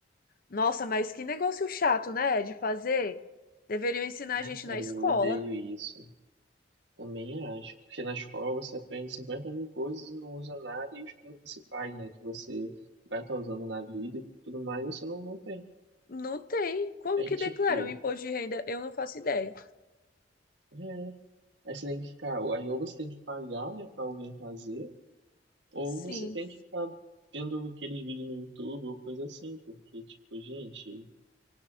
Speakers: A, on the left; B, on the right.
A: Nossa, mas que negócio chato, né, de fazer? Deveriam ensinar
B: Ai,
A: a gente
B: cara,
A: na escola.
B: eu odeio isso. Também acho, porque na escola você aprende 50 mil coisas e não usa nada, e os principais, né, que você vai estar usando na vida e tudo mais, você não, não tem.
A: Não tem. Como
B: Aí,
A: que
B: tipo,
A: declara um imposto de renda? Eu não faço ideia.
B: é, aí você tem que ficar, aí ou você tem que pagar, né, pra alguém fazer, ou
A: Sim,
B: você tem que ficar vendo aquele vídeo no YouTube ou coisa assim, porque, tipo, gente.